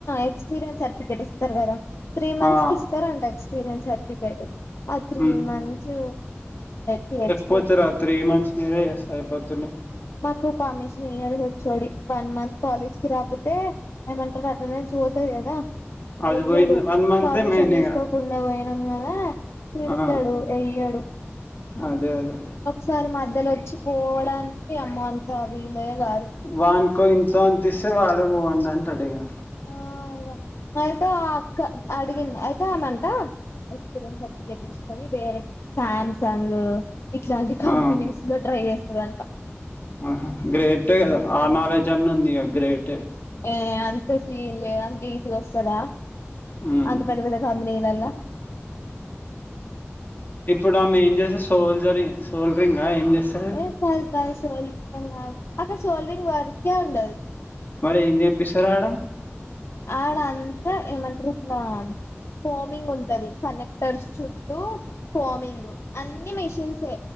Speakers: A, on the left (about 70°); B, on the left (about 45°).
A: ఎక్స్పీరియన్స్ సర్టిఫికేట్ తర్ కదా త్రీ మంత్స్
B: ఆ
A: కి ఇస్తారండి ఎక్స్పీరియన్స్ సర్టిఫికేట్ ఆ త్రీ
B: మ్మ్
A: మంత్స్ కేహచ్
B: పోపోతే రాత్రి మంచిషినరస్తా అయిపోతు
A: మాకు పామిషన్ ఇయరు వన్ మంత్ కాలజకిి రాపుతే ఏమంటారు అటెండెన్స్ పోతాది కదా
B: అది
A: ఎయ్యాడు
B: పోయింది వన్ మంతే
A: పర్మిషన్
B: మెయిన్ ఇక
A: తీసుకోకుడా పోయినాం కదా తిడుతడు
B: ఆ
A: ఎయ్యాడు
B: అదే అదే
A: కని మధ్యలో వచ్చి పోవడానికి అమ్మో అంత వీలే కాదు
B: వానుకో ఇంత అంతస్తే వాడు పొండి అంటడిగా
A: ఆ ఇగ ఐతే ఆ అక్క అడి అయితే ఆమ అంట ఎక్స్పీరియన్స్ సర్టిఫికెట్ తీసుకొని వేరే సాంసంగ్ ఇట్లాంటి కంపెనీస్
B: ఆ
A: లో ట్రై చేస్తాదంట
B: ఆహా గ్రేట్
A: ఇంకేమన్న
B: ఆ నాలెడ్జ్ అన్ని ఉంది గ్రేటె
A: ఏ అంత సీన్ లేదు అంత ఈజీగా వస్తాద
B: మ్మ్
A: అంత పెద్ద పెద్ద కంపెనీలల్లా
B: ఇప్పుడు ఆమె ఏం చేస్తది సోల్జరి సోల్రింగ్ ఆ ఏం చేస్తది
A: ఏ కాదు కాదు షోల్డంగ్ అక్కడ షోల్డ్రింగ్ వర్కే ఉండదు
B: మరి ఏం చెప్పస్తారడ
A: ఆడ అంతా ఏమంటారు ఇట్ల ఫోమింగ్ ఉంటది కనెక్టర్ చుట్టూ ఫోమింగ్ అన్ని మిషిన్సే